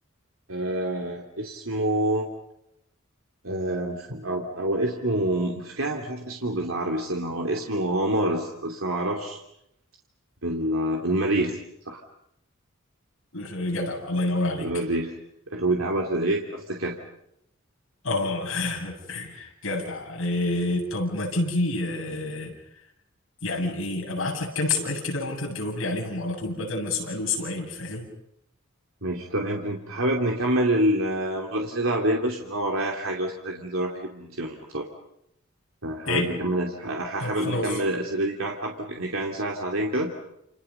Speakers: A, on the right; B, on the left.
A: آه اسمه آه مش آه، هو اسمه مش كده مش عارف اسمه بالعربي استنى هو اسمه هو مارس بس انا ما اعرفش بال المريخ صح
B: جدع الله ينور عليك
A: المريخ اخوين عبس ايه افتكر
B: اه <laughs> جدع إيه طب ما تيجي آه، يعني ايه ابعت لك كام سؤال كده وانت تجاوب لي عليهم على طول بدل ما سؤال وسؤال فاهم
A: ماشي طيب انت أنت حابب نكمل ال- آه، الاسئله على بالليل بس عشان انا ورايا حاجه بس محتاج انزل اروح اجيب مامتي من المطار حابب
B: ايه
A: نكمل أس- ح-
B: طب
A: حابب
B: خلاص
A: نكمل الاسئله دي كمان حبه يعني كمان ساعه ساعتين كده